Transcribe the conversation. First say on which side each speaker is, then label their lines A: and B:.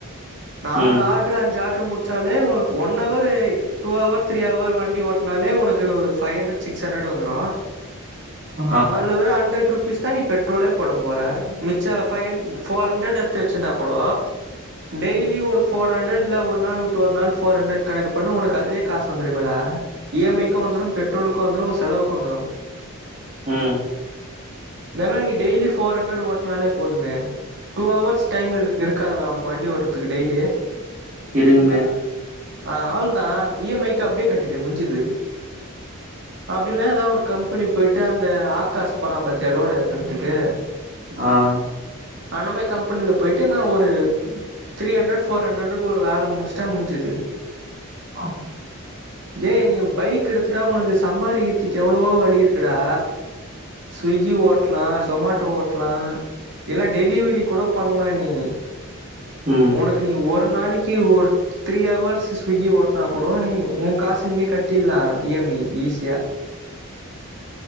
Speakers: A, on the right; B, on the right.
A: நாலு
B: ம்,
A: ஆர்ட்ரு அஞ்சு ஆட்ரு முடிச்சாலே உனக்கு one hour two hour three hour வண்டி ஓட்னாலே ஃபைவ் ஹண்ட்ரட் சிக்ஸ் ஹண்ட்ரட் வந்துடும்
B: ஆ,
A: அதுல்ல வெறும் அண்டரட் ருஸ் தான் நீ பெட்ரோலே போட போற மிச்சம் பைவ் போர்ஹண்ட் எத்துச்சிருந்தா கூட டெய்லி ஒரு போர் ஹண்ட் இல்ல ஒரு நாள்வுடு ஒரு நாள் போர் ஹண்ட் கணக்கு பண்ணு உனக்கு அதுலயே காசு வந்துரும் மேடா இஎம்ஐக்கும் வந்துடும் பெட்ரோலுக்கும் வந்துடும் செலவுக்கும் வந்துடும்
B: உம்
A: தெனோ நீ டெய்லி போர்ஹண்ட்ரட் ஓட்டனாலே போதுமே டூ ஹவர்ஸ் டைம் இருக்கயிலடா உனக்கு வண்டி ஓட்டுறதுக்கு டெய்லி
B: இருங்மே
A: ஆஹ் அவ்ள்தான் இஎம்ஐக்கு அப்டியே கட்டிடு முஞ்சது அப்படில ஏதாவது ஒரு கம் இப்பனி நீ போயிடு அந்த ஆகாஷ் பொறாம் பாத்தியா லோட் எரக்கறதுக்கு
B: ஆஹ்
A: அனமே கம்பெனில போயிட்டு நான் ஒரு த்ரீ ஹண்டரட் போர் ஹண்ட்ரடுக்கு ஒரு வேலை முஸ்டா முஞ்ஜிது
B: ஆஹம்
A: ஏய் நீ உன் பைக் எடுத்துட்டா உனக்கு சம்பாரிக்கத்துக்கு எவ்வளோவோ வழி இருக்குது இருக்கடா ஸ்விக்கி ஓட்டலா ஜொமேட்டோ ஓட்டலா இல்ல டெலிவரி கூட பண்லா நீ
B: ம்.
A: உனக்கு நீ ஒர் ஒரு நாளைக்கு ஒரு த்ரீ வர்ஸ் ஸ்விக்கி ஓட்டனா கூட நீ உன் காசு நீயே கட்டலாம் இஎம்ஐ ஈஸியா